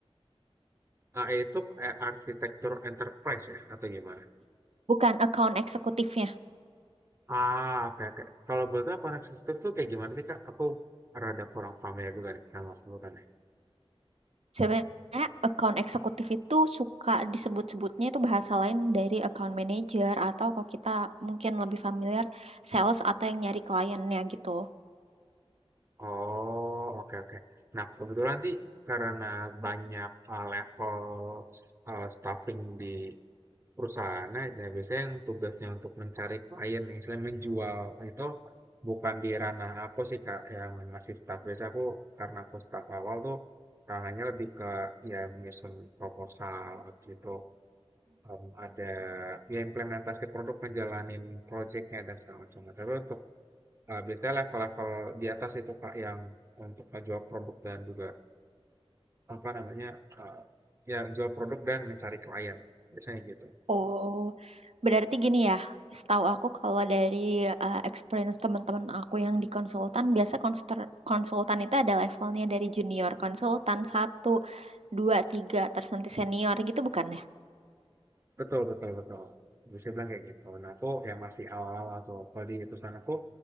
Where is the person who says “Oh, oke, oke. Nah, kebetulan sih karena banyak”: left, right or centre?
Right